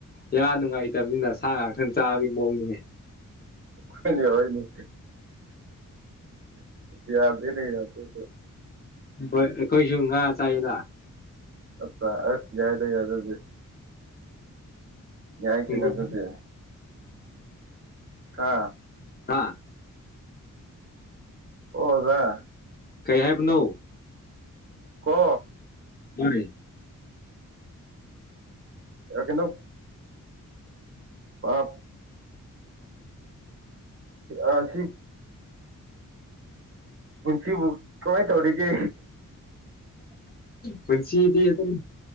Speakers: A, on the left; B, on the right.
A: ꯌꯥꯝ ꯅꯨꯡꯉꯥꯏꯇꯕꯅꯤꯅ ꯁꯥ ꯉꯥꯛꯇꯪ ꯆꯥꯕꯒꯤ ꯃꯑꯣꯡꯅꯤꯅꯦ
B: ꯍꯣꯏꯅꯤ ꯑꯣꯏꯣꯏꯅꯤ ꯌꯥꯗꯦꯅꯦ ꯌꯥꯗꯦꯅꯦ
A: ꯍꯣꯏ ꯑꯩꯈꯣꯏꯁꯨ ꯉꯥ ꯆꯥꯏꯗ
B: ꯑꯆꯥ ꯑꯁ ꯌꯥꯏꯗ ꯌꯥꯗ ꯑꯗꯨ ꯌꯥꯏ
A: ꯍꯤꯡꯒꯣꯜ
B: ꯀꯩꯅꯣ ꯑꯗꯨꯗꯤ ꯍꯥ
A: ꯍꯥꯥ
B: ꯑꯣꯖꯥ
A: ꯀꯩ ꯍꯥꯏꯦꯕ ꯅꯧ
B: ꯀꯣ
A: <unintelligible>
B: ꯑ ꯀꯅꯣ ꯄꯞ ꯑꯥꯁꯤ ꯄꯨꯟꯁꯤꯕꯨ ꯀꯃꯥꯏꯅ ꯇꯧꯔꯤꯒꯦ
A: ꯄꯨꯟꯁꯤꯗꯤ ꯑꯗꯨꯝ